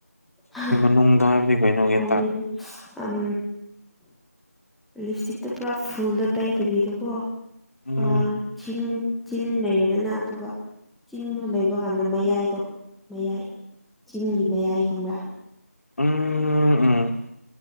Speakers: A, in the centre; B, on the left (about 60°).
A: ꯍꯥ
B: ꯅꯨꯡꯗ ꯍꯥꯏꯕꯗꯤ ꯀꯩꯅꯣꯒꯤ
A: <unintelligible> ꯎꯝ ꯎꯝ ꯂꯤꯞꯁꯇꯤꯛꯇꯣ ꯄꯨꯔꯥ ꯐꯨꯜꯗ ꯇꯩꯗꯕꯤꯗꯀꯣ
B: ꯎꯝ
A: ꯑꯥ ꯆꯤꯟ ꯆꯤꯟ ꯂꯩꯔꯦꯗꯅ ꯑꯗꯨꯒ ꯆꯤꯟꯗꯨ ꯂꯩꯕ ꯀꯥꯟꯗ ꯃꯌꯥꯏꯗꯣ ꯃꯌꯥꯏ ꯆꯤꯟꯒꯤ ꯃꯌꯥꯏ ꯈꯪꯕ꯭ꯔꯥ
B: ꯎꯝ ꯎꯝ